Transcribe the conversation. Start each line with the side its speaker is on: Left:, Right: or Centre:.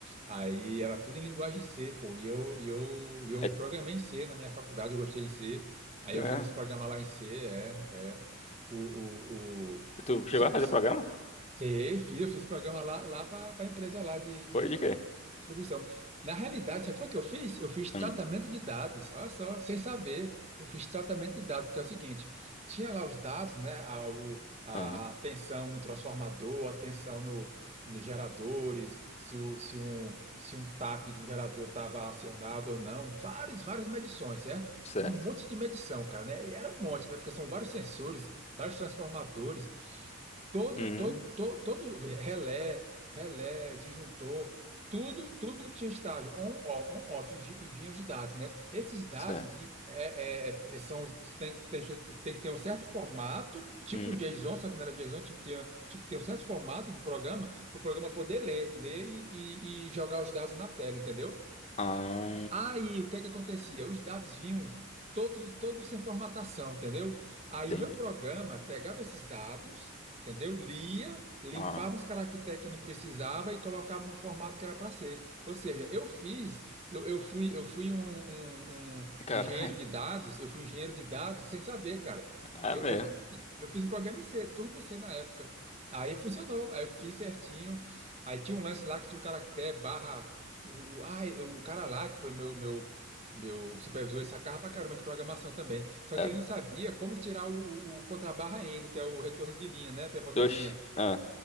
Right: Aí era tudo em linguagem C, pô, e eu, e eu, e eu
Left: É,
Right: programei em C na minha faculdade, eu gostei em C, aí
Left: foi
Right: eu
Left: mesmo?
Right: fiz esse programa lá em C, é. é, o, o, o...
Left: Tu chegou
Right: Sabe,
Left: a fazer programa?
Right: Sei, fiz, eu fiz o programa lá, lá para a empresa lá de, de-
Left: Foi de quê?
Right: de distribuição. Na realidade, sabe o que eu fiz? Eu fiz
Left: Hum,
Right: tratamento de dados, olha só, sem saber, eu fiz tratamento de dados, porque é o seguinte, tinha lá os dados, né, a, o- a,
Left: ah,
Right: a tensão no transformador, a tensão no, nos geradores, se, o, se, um, se um tap de um gerador estava acionado ou não, várias, várias medições, certo?
Left: certo.
Right: Um monte de medição, cara, né? E Era um monte, né, porque são vários sensores, vários transformadores, Todo,
Left: Hum,
Right: todo, todo, todo relé, relé, disjuntor, tudo, tudo tinha estágio on, ó, on, off e vi- e vinha os dados, né? Esses dados
Left: certo.
Right: e, é, é, é, são, tem que ter, tem que ter um certo formato, tipo
Left: Hum.
Right: um JSON, só que não era JSON, tinha que ter, tinha que ter um certo formato do programa, para o programa poder ler, ler e, e- e jogar os dados na tela, entendeu?
Left: Ah,
Right: Aí, o que é que acontecia? Os dados vinham todos, todos sem formatação, entendeu? Aí
Left: Entendi.
Right: o meu programa pegava esses dados, entendeu? Lia, limpava
Left: Ah,
Right: os caracteres que não precisava e colocava no formato que era para ser. Ou seja, eu fiz, eu, eu fui, eu fui um, um- um-
Left: cara,
Right: um engenheiro de
Left: <laughs>
Right: dados, eu fui engenheiro de dados sem saber, cara.
Left: é
Right: Eu,
Left: mesmo.
Right: eu, eu fiz um programa em C, Turbo C na época. Aí funcionou, aí eu fiz certinho. Aí tinha um lance lá que tinha o caractere barra que o, o- ah, eu- o cara lá, que foi meu, meu, meu supervisor, ele sacava pra caramba de programação também. Só
Left: Cara.
Right: que ele não sabia como tirar o, o, o contrabarra N, que é o retorno de linha, né? Pivota
Left: Oxi.
Right: linha.
Left: Ah,